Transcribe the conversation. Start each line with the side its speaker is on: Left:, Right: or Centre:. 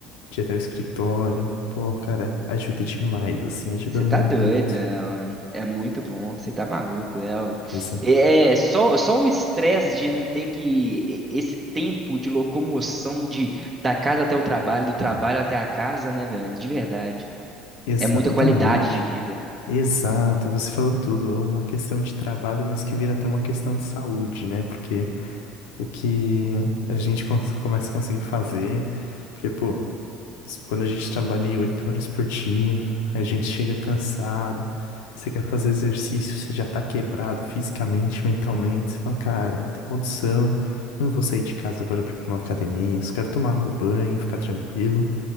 Left: de ir até o escritório, pô, cara, ajuda demais, assim, ajuda
Right: Você
Left: muito.
Right: tá doido, é, é muito bom, você tá maluco, Léo.
Left: Pois é.
Right: é, é só, só o estresse de não ter que, e- esse tempo de locomoção de, da casa até o trabalho, do trabalho até a casa, né, velho, de verdade,
Left: Exatamente.
Right: é muita qualidade de vida,
Left: Exato, você falou tudo. É Uma questão de trabalho, mas que vira até uma questão de saúde, né? Porque o que a gente cons- começa a conseguir fazer, porque, pô, quando a gente trabalha em oito horas por dia, a gente chega cansado, você quer fazer exercício, você já tá quebrado fisicamente, mentalmente, você fala, cara, não tem condição, não vou sair de casa agora pra ir pra uma academia, só quero tomar meu banho, ficar tranquilo.